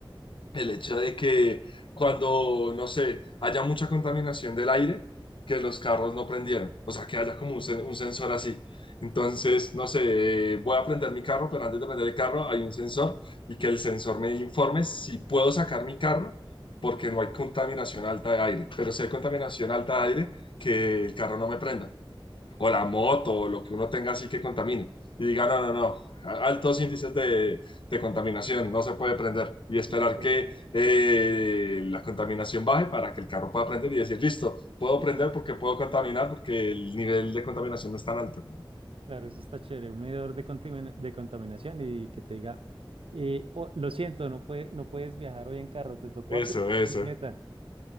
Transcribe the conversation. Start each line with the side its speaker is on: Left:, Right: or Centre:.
Left: el hecho de que cuando, no sé, haya mucha contaminación del aire, que los carros no prendieran. O sea, que haya como un, sen- un sensor así. Entonces, no sé, voy a prender mi carro, pero antes de prender el carro hay un sensor y que el sensor me informe si puedo sacar mi carro porque no hay contaminación alta de aire. Pero si hay contaminación alta de aire, que el carro no me prenda. o la moto, o lo que uno tenga así que contamine. Y diga, no, no, no, a- altos índices de, de contaminación, no se puede prender. Y esperar
Right: No, pues
Left: que eh, la contaminación baje para que el carro pueda prender y decir, listo, puedo
Right: sí,
Left: prender
Right: eso está...
Left: porque puedo contaminar, porque el nivel de contaminación no es tan alto.
Right: Claro, eso está chévere, un medidor de, contamina- de contaminación y que te diga, eh, "Oh, lo siento, no, puede, no puedes viajar hoy en carro, te tocó
Left: Eso,
Right: a pie o en
Left: eso,
Right: bicicleta.